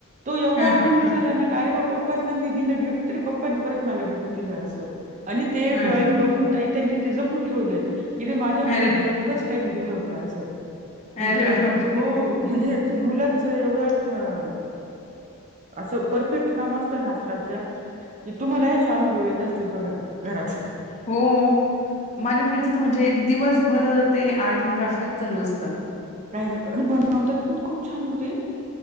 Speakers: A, on the right; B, on the left.
A: तो एवढा
B: हां,
A: आनंदी
B: हां,
A: झाला ना. अरे वा पप्पांना मी दिलं गिफ्ट तरी पप्पानी परत मला गिफ्ट दिलं असं. आणि ते ड्रॉइंग
B: हां,
A: बघून ताई त्यांनी ते जपून ठेवलंय. किे माझ्या मुलानी
B: अरे,
A: मला फर्स्ट गिफ्ट दिल होत अस. म्हणजे
B: अरे बापरे!
A: हो म्हणजे मुलचं चं एवढंच असं परफेक्ट काम असतं ना आजकालच्या कि तुम्हाला याचे अनुभव येत असतील बघा. घरात.
B: हो, माझ्या मुलीचं म्हणजे दिवसभर ते आर्ट अँड क्राफ्टच चालू असत.
A: काही ना तर असे बनवतात. पण खूप छान होते.